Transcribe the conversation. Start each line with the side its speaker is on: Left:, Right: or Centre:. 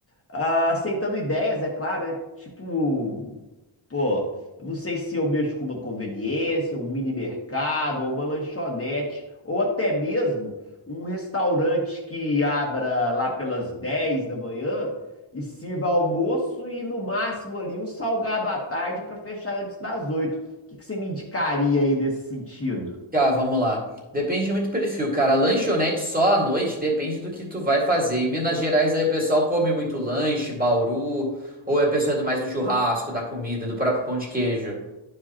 Left: ah, aceitando ideias, é claro, né? Tipo Pô, eu não sei se eu mexo com uma conveniência, um mini mercado, ou uma lanchonete, ou até mesmo um restaurante que abra lá pelas 10 da manhã e sirva almoço e no máximo ali um salgado à tarde para fechar antes das 8. O que que você me indicaria aí nesse sentido?
Right: Tá, vamos lá. Depende muito do perfil, cara. Lanchonete só à noite depende do que tu vai fazer. Em Minas Gerais aí o pessoal come muito lanche, bauru, ou a pessoa é do mais do churrasco, da comida, do próprio pão de queijo.